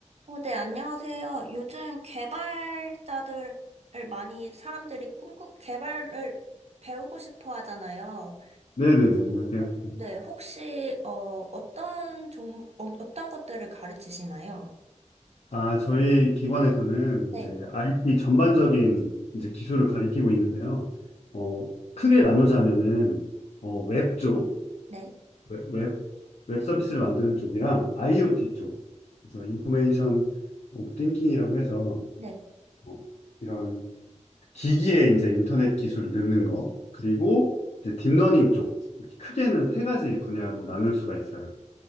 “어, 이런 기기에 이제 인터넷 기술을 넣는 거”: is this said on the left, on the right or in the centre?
Left